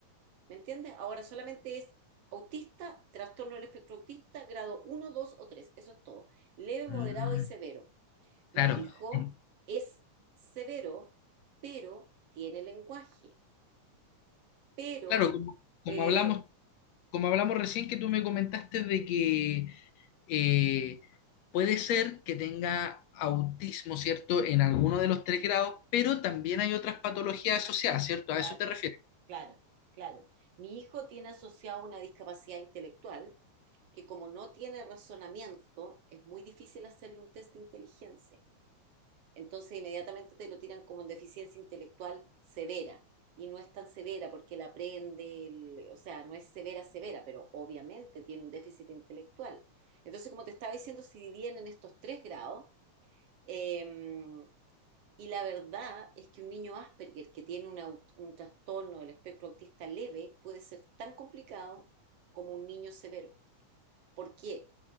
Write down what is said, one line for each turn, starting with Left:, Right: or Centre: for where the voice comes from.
Right: ¿Me entiendes? Ahora solamente es autista, trastorno del espectro autista, grado uno, 2 o tres, Eso es todo. Leve,
Left: mm,
Right: moderado y severo.
Left: claro,
Right: Mi hijo
Left: en-
Right: es severo, pero tiene lenguaje. Pero,
Left: claro, como, como
Right: eh,
Left: hablamos, como hablamos recién que tú me comentaste de que eh, puede ser que tenga autismo, ¿cierto? En alguno de los tres grados, pero también hay otras patologías asociadas, ¿cierto?
Right: claro,
Left: A eso te refieres.
Right: claro, claro. Mi hijo tiene asociado una discapacidad intelectual que como no tiene razonamiento, es muy difícil hacerle un test de inteligencia. Entonces inmediatamente te lo tiran como en deficiencia intelectual severa. Y no es tan severa porque la aprende, el- o sea, no es severa, severa, pero obviamente tiene un déficit intelectual. Entonces, como te estaba diciendo, se dividían en estos tres grados. eh, y la verdad es que un niño Asperger que tiene una aut- un trastorno del espectro autista leve puede ser tan complicado como un niño severo. ¿Por qué?